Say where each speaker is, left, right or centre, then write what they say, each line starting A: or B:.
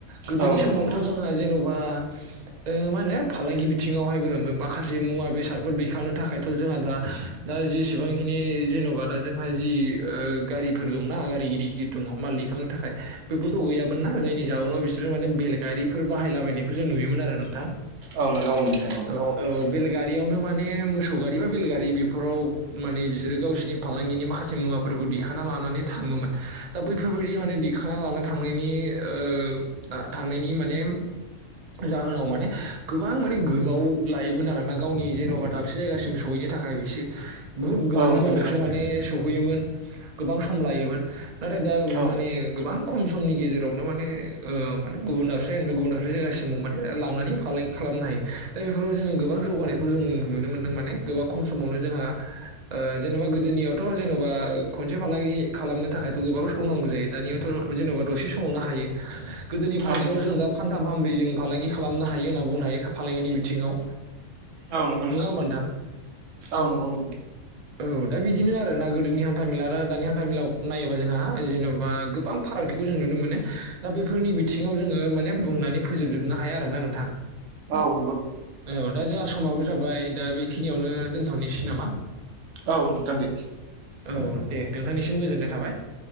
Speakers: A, on the right; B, on the right.
A: गोदोनि
B: औ नंगौ
A: समावथ'
B: नोंथां
A: जोंहा जेन'बा ओ मा होनो फालांगि बिथिङाव माखासे मुवा बेसादफोर दैखांनो थाखायथ' जोंहा दा दा जेसेबां बिखिनि जेन'बा दा जोंहा जि ओ गारिफोर दंना गारि गिदिर गिदिर दङ माल दैखांनो थाखाय बेफोरथ' गैयामोनना जायनि जाउनाव बिसोरो माने बेलगारिफोर बाहायलाबायनायखौ जों नुयोमोन आरो नोंथां
B: औ नंगौ नोंथां नंगौ
A: औ औ बेलगारियावनो माने मोसौ गारि बा बेलगारि बेफोराव माने बिसोरो गावसोरनि फालांगिनि माखासे मुवाफोरखौ दिखांना लानानै थाङोमोन दा बैफोर बायदि माने दिखांना लाना थांनायनि ओ थांनायनि माने जाहोनाव माने गोबां माने गोबाव लायोमोन आरोना गावनि जेन'बा दाबसे जायगासिम सहैनो थाखाय बेसे बुहुत गोबावनि
B: औ नंगौ नोंथां
A: उनावसो
B: नंगौ
A: माने सहैयोमोन गोबां सम लायोमोन नाथाय दा
B: औ
A: माने गोबां खम समनि गेजेरावनो माने ओ माने गुबुन दाबसे जायगानिफ्राय गुबुन दाबसे जायगासिमाव माने लांनानै फालांगि खालामनो हायो दा बेफोराव जोङो गोबां जौगानायखौ जों नुनो मोन्दों माने गोबां खम समावनो जोंहा ओ जेन'बा गोदोनियावथ' जेन'बा खनसे फालांगि खालामनो थाखायथ' गोबां समनांगौ जायो दानियावथ' जेन'बा दसे समावनो हायो गोदोनि फानसेयाव
B: औ नंगौ नोंथां
A: जों दा फानथाम फानब्रै जों फालांगि खालामनो हायो होनना बुंनो हायो फालांगिनि बिथिङाव
B: औ नंगौ
A: नङा होमबा नोंथां
B: औ नंगौ नोंथां
A: औ दा बिदिनो आरो ना गोदोनि हान्था मेला आरो दानि हान्था मेलायाव नायोबा जोंहा जेन'बा गोबां फारागथिखौ जों नुनो मोनो दा बेफोरनि बिथिङाव जोङो माने बुंनानै फोजोबजुबनो हाया आरो ना नोंथां
B: औ
A: औ दा जोंहा समाबो जाबाय दा बेखिनियावनो दोनथ'नोसै नामा
B: औ नोंथां दे
A: औ दे नोंथांनिसिम गोजोननाय थाबाय